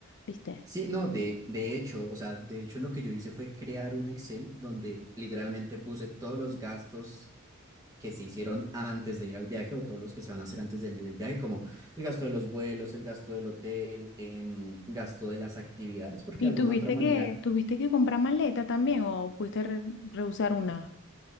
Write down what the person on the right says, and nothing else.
Sí, no, de, de hecho, o sea, de hecho lo que yo hice fue crear un Excel donde literalmente puse todos los gastos que se hicieron antes de ir al viaje o todos los que se van a hacer antes del, del viaje, como el gasto de los vuelos, el gasto del hotel, em, gasto de las actividades, porque
de alguna
otra manera...